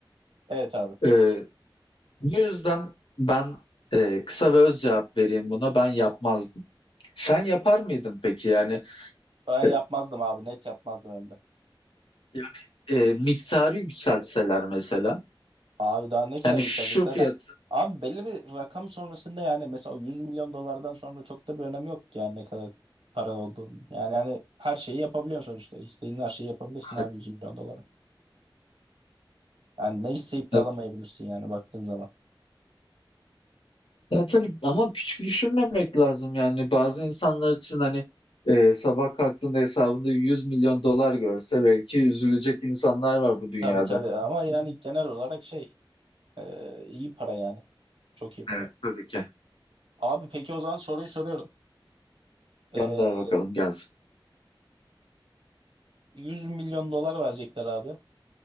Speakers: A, on the right; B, on the left.
A: Evet abi.
B: E, bu yüzden ben e, kısa ve öz cevap vereyim buna. Ben yapmazdım. Sen yapar mıydın peki? Yani
A: Ben yapmazdım
B: E,
A: abi. Net yapmazdım hem de.
B: Yani e, miktarı yükseltseler mesela.
A: Abi daha ne kadar
B: Yani
A: yükselecek
B: şu
A: zaten.
B: fiyat
A: Abi belli bir rakam sonrasında yani mesela o 100 milyon dolardan sonra çok da bir önemi yok ki yani ne kadar para olduğunun. Yani hani her şeyi yapabiliyorsun sonuçta. İstediğin her şeyi yapabilirsin abi
B: evet.
A: 100 milyon dolara. Yani ne isteyip
B: Ya,
A: de alamayabilirsin yani baktığın zaman.
B: ya tabii ama küçük düşünmemek lazım yani. Bazı insanlar için hani e, sabah kalktığında hesabında 100 milyon dolar görse belki üzülecek insanlar var bu dünyada.
A: Tabii tabii ama yani genel olarak şey e, iyi para yani. Çok iyi para.
B: Evet tabii ki.
A: Abi peki o zaman soruyu soruyorum. Ee,
B: Gönder bakalım gelsin.
A: 100 milyon dolar verecekler abi.